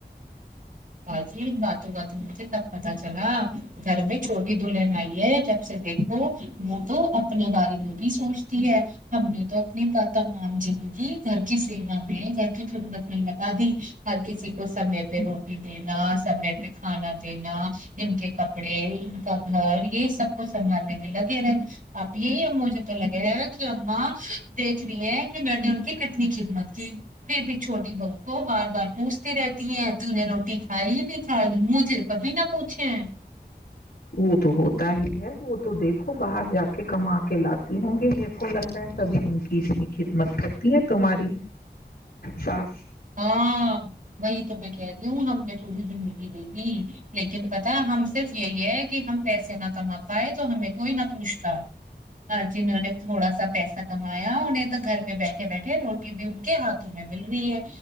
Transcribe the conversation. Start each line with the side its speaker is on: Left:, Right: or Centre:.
Right: ہا جی باتوں کااتوں مجھے تب پتا چلا گھر میں چھوٹی دلہن آئی ہے جب سے دیکھو وہ تو اپنے بارے میں بھی سوچتی ہے ہم نے تو اپنی تمام زندگی گھر کی سیوا میں گھر کی خدمت میں لگا دی ہر کسی کو سمے پہ رو دینا سمے پہ کھانا دینا ان کے کپڑے ان کا گھر یہ سب کو سنبھالنے میں لگے رہے آپ یہ مجھے تو لگے ہے کہ ااں دیکھ رہی ہیں کہ میں نے ان کی کتنی خدمت کی پھر بھی چھوٹی بہو کو بار بار پوچھتی رہتی ہیں ت نے روٹی کھائی ہی نہیں کھائی مجھے کبھی نہ پوچھے ہیں
Left: وہ تو ہوتا ہی ہے وہ تو دیکھو باہر جا کے کما کے لاتی ہوں گی میرے کو لگتا ہے تبھی ان کی اتنی خدمت کرتی ہے تمہاری سس
Right: ہاں وہی تو میں کہہ رہی ہوں ہم نے تھوڑی زندگی دے دی لیکن پتا ہم صرف یہی ہے کہ ہم پیسے نہ کما پائے تو ہمیں کوئی نہ پوچھتا جنہوں نے تھوڑا سا پیسا کما انہیں تو گھر میں بیٹھے بیٹھے روٹی بھی ان کے ہاتھوں میں مل رہی ہے